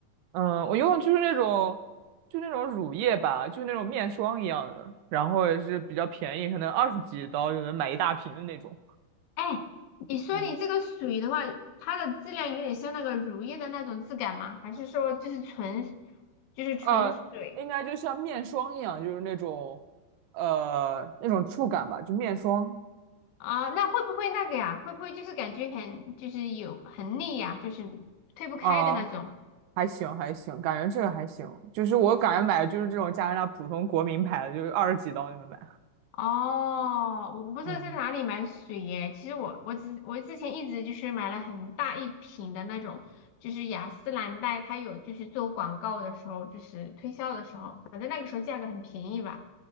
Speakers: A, on the right; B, on the left.
A: 嗯，我用的就是那种，就那种乳液吧，就那种面霜一样的，然后也是比较便宜，可能二十几刀就能买一大瓶的那种。
B: 哎，你说你这个水的话，
A: 嗯，
B: 它的质量有点像那个乳液的那种质感吗？还是说就是纯，就是纯水
A: 呃，应该就像面霜一样，就是那种，呃，那种触感吧，就面霜
B: 啊？那会不会那个呀？会不会就是感觉很，就是有很腻呀？就是推不开的那种？
A: 啊，还行还行，感觉这个还行，就是我感觉买的就是这种加拿大普通国民牌的，就是二十几刀就能买。
B: 哦，我不知道在哪里买水耶。
A: 嗯，
B: 其实我我之我之前一直就是买了很大一瓶的那种，就是雅诗兰黛，它有就是做广告的时候，就是推销的时候，反正那个时候价格很便宜吧，